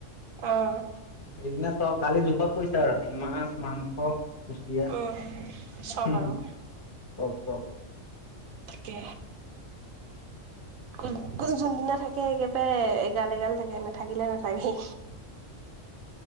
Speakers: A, on the right; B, on the left.
A: অহ'
B: সেইদিনা চ'ব কালি জোখত পৰিছে আৰু ৰাতি মাছ, মাংস। চ'ব কুচিয়া
A: উম, চব
B: উম, হ'ম
A: আৰু
B: চ'ব চ'ব।
A: তাকে কোন কোন যোনদিনা থাকে। তাকে একেবাৰে এগাল এগাল থাকে নাথাকিলে নাথাকেই।